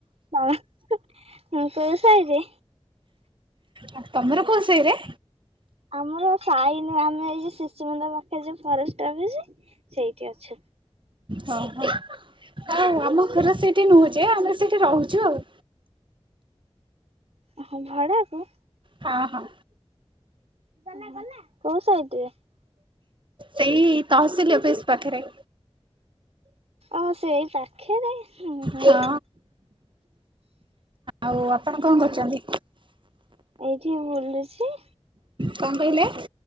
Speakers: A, on the right; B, on the right.
A: ତଁ ଉଁ କୋଉ ସାଇରେ?
B: ଆ ତମର କୋଉ ସାଇରେ?
A: ଆମର ସାଇ ନୁହେଁ ଆମେ ଏଇ ଯୋଉ ଶିଶୁ ମନ୍ଦିର ପାଖରେ ଯୋଉ ଫରେଷ୍ଟ୍ ଅଫିସ୍ ସେଇଠି ଅଛୁ।
B: ହ ହ ଆଉ ଆମ ଘର ସେଇଠି ନୁହଁ ଯେ ଆମେ ସେଠି ରହୁଚୁ ଆଉ।
A: ଓହୋ ଭଡ଼ାକୁ?
B: ହଁ ହଁ।
A: ଓହୋ କୋଉ ସାଇଟ୍ ରେ?
B: ସେଇ ତହସିଲ୍ ଅଫିସ୍ ପାଖରେ।
A: ଅହ ସେଇ ପା ଖେରେ ହୁଁ। ହୁଁ
B: ହଁ ଆ ଆଉ ଆପଣ କଣ କରୁଛନ୍ତି?
A: ଏଇଠି ବୁଲୁଛି।
B: କଣ କହିଲେ?